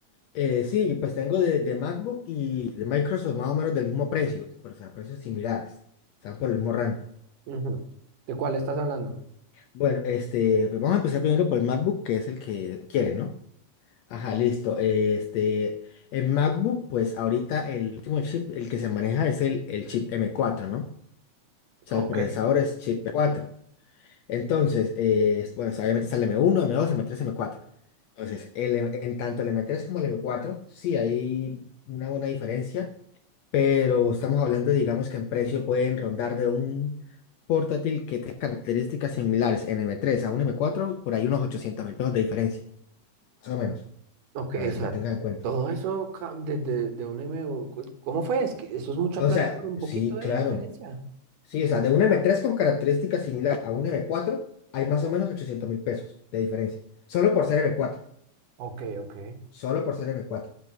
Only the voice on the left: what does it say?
Eh, sí, pues tengo de, de MacBook y de Microsoft más o menos del mismo precio, pero, o sea, precios similares, están por el mismo rango.
Bueno, este, pues vamos a empezar primero por el MacBook, que es el que quiere, ¿no? Ajá, listo. eh, Este, en MacBook, pues ahorita el último chip, el que se maneja es el, el chip M4, ¿no? O
sea, el procesador es chip M4. Entonces, eh, bueno, o sea, obviamente está el M1, M2, M3, M4. Entonces, el- en tanto el M3 como el M4, sí hay una buena diferencia pero estamos hablando, digamos que en precio pueden rondar de un portátil que tenga características similares en m tres a un m cuatro por ahí unos ochocientos mil pesos de diferencia, más o menos,
para
que lo tengan en cuenta.
O
sea,
sí,
claro.
Sí, o sea, de un m tres con características similares a un m cuatro hay más o menos ochocientos mil pesos de diferencia. Solo por ser m cuatro
solo por ser m cuatro